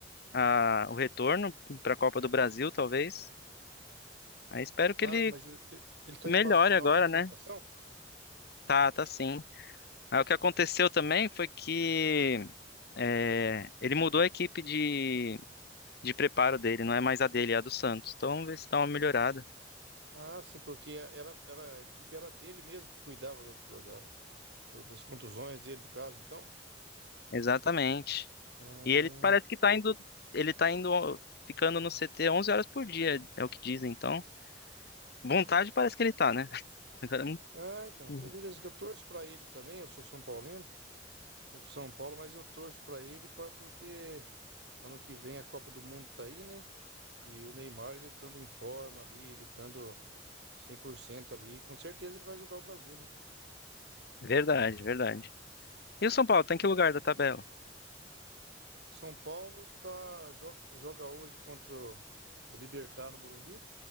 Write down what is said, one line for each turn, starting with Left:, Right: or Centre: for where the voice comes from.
Left: a, o retorno para a Copa do Brasil, talvez. Aí espero
Right: ah,
Left: que ele
Right: mas ele, está
Left: melhore
Right: em fase final
Left: agora,
Right: de recuperação?
Left: né? Tá, tá sim. Aí o que aconteceu também foi que é, ele mudou a equipe de, de preparo dele, não é mais a dele, é a do Santos. Então vamos ver se dá uma melhorada.
Right: Ah, sim, porque era, era, a equipe era dele mesmo que cuidava do, do- da- do- das contusões dele, do caso, então.
Left: Exatamente.
Right: Ah,
Left: E ele parece que tá indo, ele tá indo, ó, ficando no CT 11 horas por dia, é o que dizem, então. Vontade parece que ele tá, né? <laughs> Agora, não-
Right: ah, então,
Left: Uhum.
Right: beleza, que eu torço pra ele também, eu sou São Paulino, torço pro São Paulo, mas eu torço pra ele pra- porque ano que vem a Copa do Mundo tá aí, né? E o Neymar, ele estando em forma ali, ele estando 100% ali, com certeza ele vai ajudar o Brasil, né?
Left: verdade, verdade. E o São Paulo, tá em que lugar da tabela?
Right: São Paulo tá, joga, joga hoje contra o, o Libertad no Morumbi.